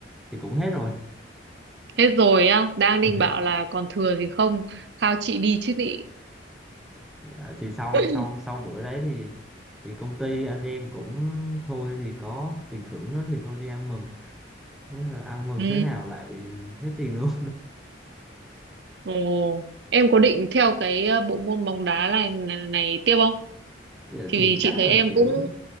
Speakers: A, in the centre; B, on the right (about 60°).
A: thì cũng hết rồi
B: Hết rồi á, đang định
A: <laughs>
B: bảo là còn thừa gì không, khao chị đi chứ nị.
A: Dạ, thì sau
B: <laughs>
A: sau sau bữa đấy thì thì công ty anh em cũng thôi thì có tiền thưởng đó thì thôi đi ăn mừng Thế là ăn mừng
B: Ừ,
A: thế nào lại hết tiền luôn
B: ồ, em có định theo cái ờ, bộ môn bóng đá này, này, này tiếp không?
A: <laughs> dạ,
B: Thì
A: thì
B: vì chị
A: chắc
B: thấy
A: là
B: em
A: kiểu
B: cũng